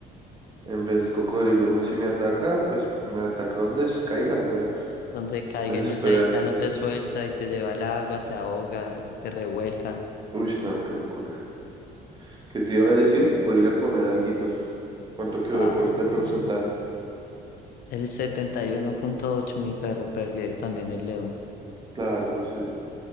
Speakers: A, on the right; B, on the left.
A: En vez cocodrilo, me, si me ataca, pues me ataca donde caiga, güey.
B: Donde caiga
A: Me despedaza,
B: no, ya, ya no te
A: sí.
B: suelta y te lleva al agua, te ahoga, te revuelca.
A: Uy, no, qué locura. ¿Qué te iba a decir? Voy a ir a comer alguito. ¿Cuánto quedó
B: Ah,
A: de, por, de porcentaje?
B: bien. El setenta y uno punto ocho mi perro, prefiere también el león.
A: Claro, sí,